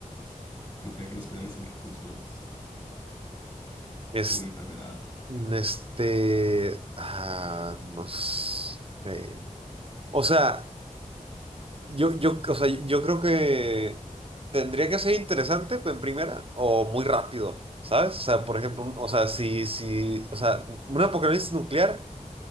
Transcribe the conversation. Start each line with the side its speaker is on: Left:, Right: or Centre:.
Left: no sé, que nos quedemos sin recursos,
Right: Es-
Left: alguna enfermedad.
Right: Este, ah, no sé. O sea... Yo, yo, o sea, yo creo que tendría que ser interesante pues, en primera o muy rápido, ¿sabes? O sea, por ejemplo, un- o sea, si, si, o sea, un apocalipsis nuclear,